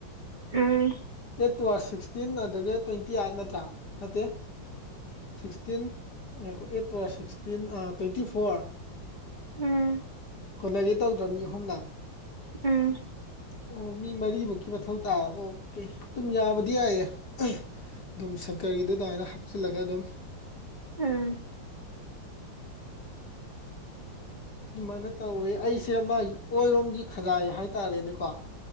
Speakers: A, on the right (about 25°); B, on the left (about 55°).
A: ꯎꯝ
B: ꯑ‌ꯦꯠ ꯇꯨ ꯑꯔ ꯁꯤꯛꯁꯇꯤꯟ ꯑꯗꯒꯤ ꯇ꯭ꯋꯦꯟꯇꯤ ꯑꯥꯏꯠ ꯅꯠꯇ꯭ꯔꯥ ꯅꯠꯇꯦ ꯁꯤꯛꯁꯇꯤꯟ ꯉꯥꯏꯈ‌ꯣ eight two or sixteen twenty four
A: ꯎꯝ
B: ꯀꯣꯟꯅꯒꯦ ꯇꯧꯗ꯭ꯔ ꯃꯤ ꯑꯍꯨꯝꯅ
A: ꯎꯝ
B: ꯑꯣ ꯃꯤ ꯃꯔꯤꯃꯨꯛꯀꯤ ꯃꯊꯧ ꯇꯥꯕ ꯑꯣꯀꯦ ꯑꯗꯨꯝ ꯌꯥꯕꯗꯤ ꯌꯥꯏꯌꯦ ꯑꯨꯝ ꯑꯗꯨꯝ ꯁꯪꯀꯔꯒꯤꯗꯨ ꯑꯗꯨꯃꯥꯏꯅ ꯍꯥꯞꯆꯤꯜꯂꯒ ꯑꯗꯨꯝ
A: ꯎꯝ
B: ꯑꯗꯨꯃꯥꯏꯅ ꯇꯧꯋꯦ ꯑꯩꯁꯦ ꯑꯃ ꯑꯣꯏꯔꯣꯝꯒꯤ ꯈꯖꯥꯏ ꯍꯥꯏꯇꯥꯔꯦꯅꯦꯀꯣ